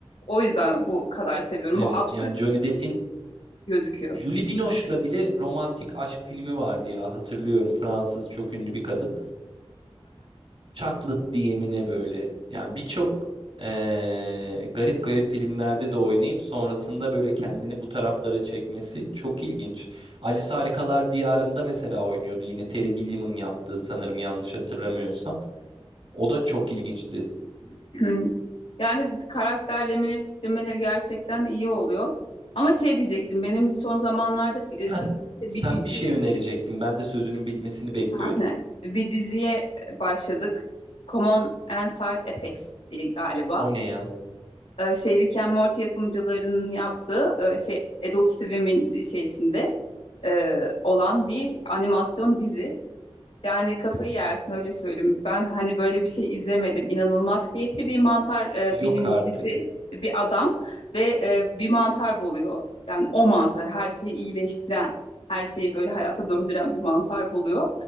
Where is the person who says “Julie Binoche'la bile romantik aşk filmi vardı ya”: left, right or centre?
Right